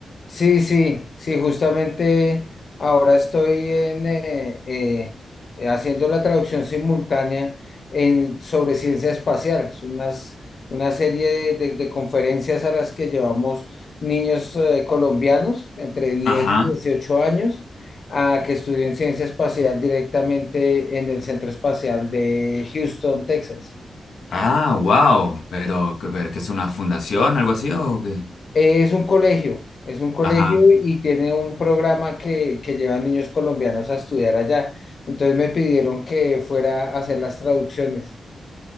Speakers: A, on the left (about 45°); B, on the left (about 85°).
A: Sí, sí, sí, justamente ahora estoy en, eh, eh, eh, haciendo la traducción simultánea en, sobre ciencia espacial. Es unas, una serie de, de- de conferencias a las que llevamos niños eh, colombianos entre diez
B: Ajá.
A: y dieciocho años a que estudien ciencia espacial directamente en el Centro Espacial de Houston, Texas.
B: Ah, wow. Pero, que- pero ¿qué es una fundación, algo así o qué?
A: Es un colegio, es un colegio
B: Ajá.
A: y tiene un programa que, que lleva a niños colombianos a estudiar allá. Entonces me pidieron que fuera a hacer las traducciones.